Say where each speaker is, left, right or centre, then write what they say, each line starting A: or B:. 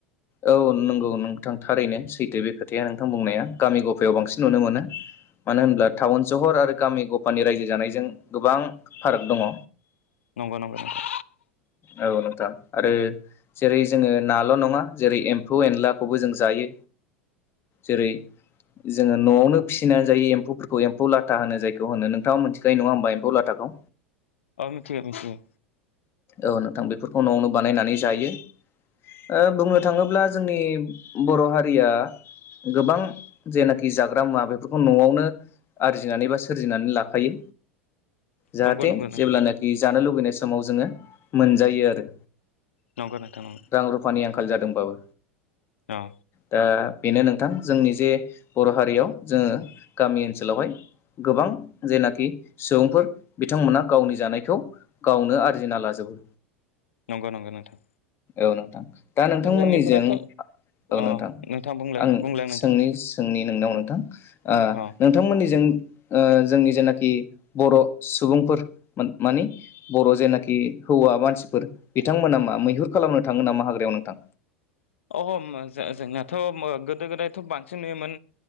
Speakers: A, on the left; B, on the left.
A: औ नंगौ नोंथां थारैनो सैथो बे खोथाया नोंथां बुंनाया गामि गफायाव बांसिन नुनो मोनो मानो होनोब्ला टाउन सहर आरो गामि गफानि रायजो जानायजों गोबां फाराग दङ
B: नंगौ नंगौ नंगौ
A: औ नोंथां आरो जेरै जोङो नाल' नङा जेरै एम्फौ एनलाखौबो जों जायो जेरै जोङो न'आवनो फिसिनानै जायो एम्फौफोरखौ एम्फौ लाथा होनो जायखौ होनो नोंथाङा मोनथिखानाय नङा होमबा एम्फौ लाथाखौ
B: औ मिथियो मिथियो
A: औ नोंथां बेफोरखौ न'आवनो बानायनानै जायो बुंनो थाङोब्ला जोंनि बर' हारिया गोबां जेनाखि जाग्रा मुवा बेफोरखौ न'आवनो आरजिनानै बा सोरजिनानै लाखायो जाहाथे
B: नंगौ नंगौ
A: जेब्लानाखि
B: नोंथां
A: जानो लुुबैनाय सम समाव जोङो मोनजायो आरो
B: नंगौ नोंथां नंगौ
A: रां रुफानि आंखाल जादोंबाबो
B: औ
A: दा बेनो नोंथां जोंनि जे बर' हारियाव जोङो गामि ओनसोलावहाय गोबां जेनाखि सुबुंफोर बिथांमोना गावनि जानायखौ गावनो आरजिना लाजोबो
B: नंगौ नंगौ नोंथां
A: औ नोंथां दा नोंथांमोननिजों
B: जोंनिफोराथ'
A: औ
B: अ
A: नोंथां
B: बुंलाय
A: आं
B: बुंलाय नोंथां
A: सोंनि सोंनि नोंनाव नोंथां
B: अ
A: नोंथांमोननिजों जोंनि जेनाखि बर' सुबुंफोर मानि बर' जेनाखि हौवा मानसिफोर बिथांमोना मा मैहुर खालामनो थाङो नामा हाग्रायाव नोंथां
B: अ जोंनाथ' गोदो गोदायथ' बांसिन नुयोमोन